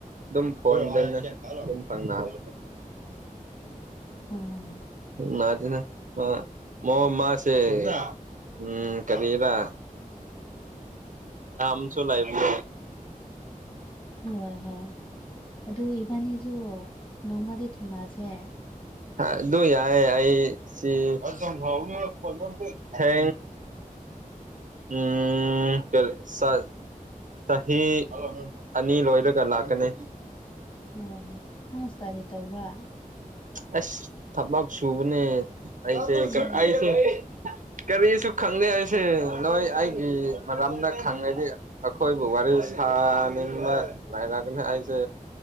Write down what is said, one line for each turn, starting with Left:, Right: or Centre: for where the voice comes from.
Right: ꯑꯗꯨꯝ ꯐꯣꯟꯗꯅ ꯑꯗꯨꯝ ꯐꯪꯅꯕ
Left: ꯎ
Right: ꯅꯥꯗꯤꯅ ꯃ ꯃꯥꯁꯦ ꯎꯝ ꯀꯔꯤꯔ ꯝꯁꯨꯣ ꯂꯥꯏꯕ
Left: ꯍꯣꯏ ꯍꯣꯏ ꯑꯗꯨ ꯏꯕꯥꯅꯤꯁꯨ ꯅꯣꯡꯃꯗꯤ ꯊꯤꯡꯉꯛꯁꯦ
Right: ꯑꯗꯨ ꯌꯥꯌꯦ ꯑꯩ ꯁꯤ ꯊ ꯎꯝ ꯆꯂꯦ ꯆꯍꯤ ꯑꯅꯤ ꯂꯣꯏꯔꯒ ꯂꯥꯛꯀꯅꯤ
Left: ꯑꯣ ꯍꯣ ꯅꯪ ꯏꯁꯇꯗꯤ ꯇꯧꯕ꯭ꯔꯥ
Right: ꯑꯁ ꯊ ꯁꯨꯕꯅꯦ ꯑꯁꯦꯁꯨ
Left: ꯑꯦ
Right: ꯀꯔꯤꯁꯨ ꯈꯪꯗꯦ ꯑꯩꯁꯦ ꯅꯣꯏ ꯑꯩꯒꯤ ꯃꯔꯝꯗ ꯈꯪꯉꯗꯤ ꯑꯩꯈꯣꯏ ꯋꯥꯔꯤꯔꯤ ꯁꯥꯅꯤꯡꯕ ꯂꯥꯏꯔꯒꯅꯤ ꯍꯥꯏꯁꯦ